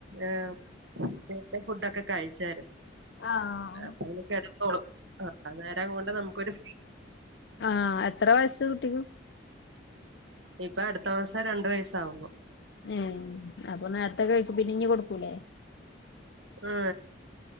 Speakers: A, on the right; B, on the left.
A: ആഹ് നേരത്തെ ഫുഡൊക്കെ കഴിച്ചായിരുന്നു
B: ആഹ്
A: അപ്പൊ കെടന്നോളും ആ നേരം കൊണ്ട് നമുക്കൊരു
B: ആ എത്ര വയസ് കുട്ടിക്ക്?
A: ഇപ്പൊ അടുത്ത മാസം രണ്ടു വയസ്സാവുന്നു
B: ഉ അപ്പൊ നേരത്ത <unintelligible> കൊടുക്കൂലേ
A: ആ